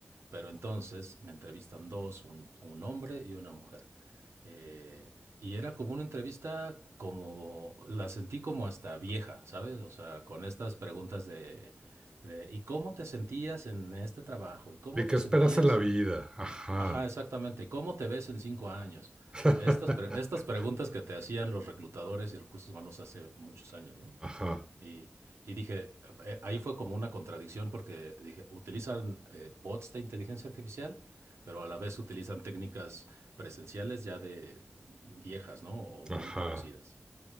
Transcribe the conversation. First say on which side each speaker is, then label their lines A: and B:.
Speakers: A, on the right; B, on the right.
A: pero entonces me entrevistan dos, un, un hombre y una mujer. Eh, y era como una entrevista como, la sentí como hasta vieja, ¿sabes? O sea, con estas preguntas de, de, ¿y cómo te sentías en este trabajo? ¿Y cómo
B: ¿Y
A: te
B: qué esperas
A: sentías
B: en la vida? Ajá.
A: Ajá, exactamente. ¿Cómo te ves en cinco años?
B: <laughs>
A: Estas, pre- estas preguntas que te hacían los reclutadores y recursos humanos hace muchos años, ¿no?
B: Ajá,
A: Y, y dije, eh, ahí fue como una contradicción porque dije, utilizan eh, bots de inteligencia artificial, pero a la vez utilizan técnicas presenciales ya de viejas, ¿no? O
B: ajá.
A: muy conocidas.